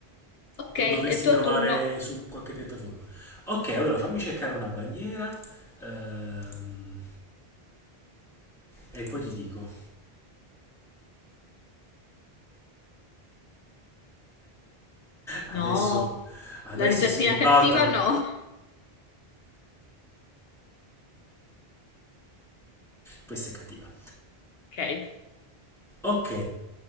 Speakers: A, on the left; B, in the centre.
A: Ok,
B: lo
A: è
B: dovresti
A: il tuo
B: trovare
A: turno.
B: su qualche piattaforma. Ok, allora fammi cercare una bandiera ehm, e poi ti dico. Adesso,
A: No,
B: adesso
A: la risatina
B: si ribaltano.
A: cattiva no.
B: Questa è cattiva.
A: Ok,
B: Ok,